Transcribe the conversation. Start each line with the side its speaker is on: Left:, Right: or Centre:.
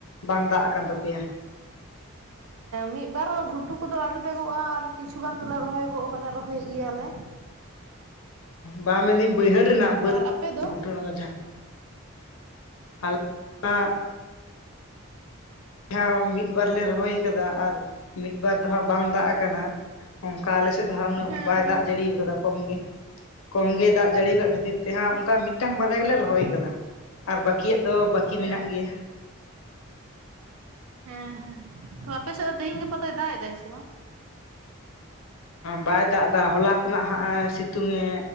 Left: ᱵᱟᱝ ᱫᱟᱜ ᱟᱠᱟᱱ ᱛᱟᱯᱮᱭᱟ ᱾ <inaudible>
Right: ᱢᱤᱫᱵᱟᱨ ᱜᱷᱩᱴᱩ ᱠᱚᱫᱚ ᱟᱹᱣᱨᱤ ᱫᱟᱜᱼᱟ᱾ ᱟᱨ ᱠᱤᱪᱷᱩ ᱜᱟᱱ ᱫᱚᱞᱮ ᱨᱚᱦᱚᱭ ᱜᱚ ᱠᱟᱫᱟ ᱨᱚᱦᱚᱭᱮᱫ ᱜᱮᱭᱟᱞᱮ ᱾
Left: ᱵᱟᱝ ᱢᱮᱱᱫᱟᱹᱧ ᱵᱟᱹᱭᱦᱟᱹᱲ ᱨᱮᱱᱟᱜ, ᱵᱟᱹᱫ
Right: ᱟᱨ ᱟᱯᱮ ᱫᱚ
Left: ᱜᱷᱩᱢᱩ ᱨᱮᱱᱟᱜ ᱡᱟᱦᱟᱸ ᱟᱞᱮ <unintelligible> ᱦᱟ ᱡᱟᱦᱟᱸ ᱢᱤᱫ ᱵᱟᱨ ᱞᱮ ᱨᱚᱦᱚᱭ ᱟᱠᱟᱫᱟ᱾ ᱟᱨ ᱢᱤᱫ ᱵᱟᱨ ᱫᱚ ᱦᱟᱸᱜ ᱵᱟᱝ ᱫᱟᱜ ᱟᱠᱟᱱᱟ᱾ ᱚᱱᱠᱟ ᱟᱞᱮᱥᱮᱫ ᱫᱚ ᱦᱟᱜ ᱩᱱᱟᱹᱜ
Right: ᱦᱮᱸ
Left: ᱵᱟᱭ
Right: ᱦᱮᱸ
Left: ᱫᱟᱜ ᱡᱟᱹᱲᱤ ᱟᱠᱟᱫᱟ ᱠᱚᱢ ᱜᱮ ᱾ ᱠᱚᱢ ᱜᱮ ᱫᱟᱜ ᱡᱟᱹᱲᱤ ᱟᱠᱟᱫ ᱠᱷᱟᱹᱛᱤᱨ ᱛᱮᱦᱟᱸᱜ, ᱚᱱᱠᱟ ᱢᱤᱫᱴᱟᱝ ᱵᱟᱨᱭᱟ ᱜᱮᱞᱮ ᱨᱚᱦᱚᱭ ᱟᱠᱟᱫᱟ᱾ ᱟᱨ ᱵᱟᱹᱠᱤᱭᱟᱜ ᱫᱚ, ᱵᱟᱠᱤ
Right: ᱦᱮᱸ
Left: ᱢᱮᱱᱟᱜ ᱜᱮᱭᱟ
Right: ᱛᱚ
Left: ᱾
Right: ᱦᱮᱸ ᱦᱮᱸ᱾ ᱛᱚ ᱟᱯᱮᱥᱮᱫ ᱫᱚ ᱛᱮᱦᱤᱧ ᱜᱟᱯᱟ ᱫᱚᱭ ᱫᱟᱜ ᱮᱫᱟᱭ ᱥᱮ ᱵᱟᱝ?
Left: ᱵᱟᱭ ᱫᱟᱜ ᱮᱫᱟ ᱦᱚᱞᱟ ᱠᱷᱚᱱᱟᱜ ᱦᱟᱸᱜ ᱮ ᱥᱤᱛᱩᱝ ᱮ